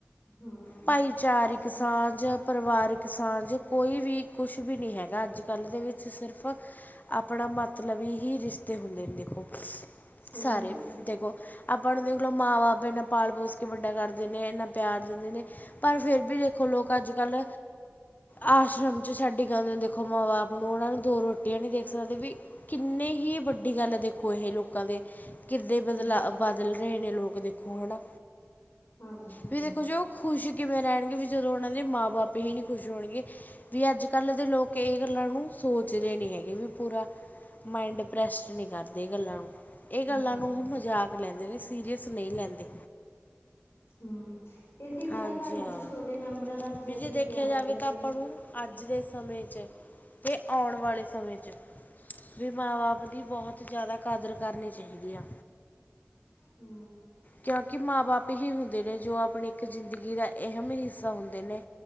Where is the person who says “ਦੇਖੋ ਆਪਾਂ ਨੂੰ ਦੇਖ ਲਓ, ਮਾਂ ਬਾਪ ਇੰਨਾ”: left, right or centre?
Left